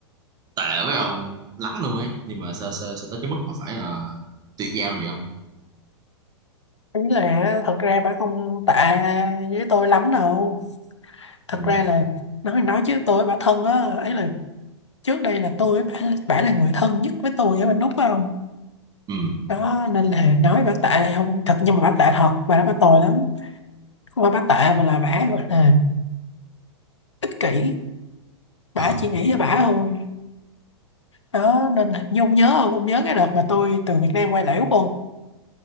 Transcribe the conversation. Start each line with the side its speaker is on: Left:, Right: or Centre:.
Right: tệ với ông lắm luôn ấy, nhưng mà sao sao, sao tới cái mức mà phải ờ, tuyệt giao như vậy không?
Left: Ý là thật ra bà không tệ với tôi lắm đâu Thật
Right: Ừ.
Left: ra là nói thì nói chứ tôi với bà thân á Ấy là trước đây là tôi với bà, bà là người thân nhất với tôi ở bên Úc phải không
Right: Ừ.
Left: đó nên là nói bà tệ không thật nhưng mà bà tệ thật bà nói bà tồi lắm không phải bà tệ mà là bà gọi là ích kỷ bả
Right: Ờ,
Left: chỉ
Right: ích
Left: nghĩ
Right: kỷ.
Left: cho bả thôi đó nên là như ông nhớ không ông nhớ cái đợt mà tôi từ Việt Nam quay lại Úc không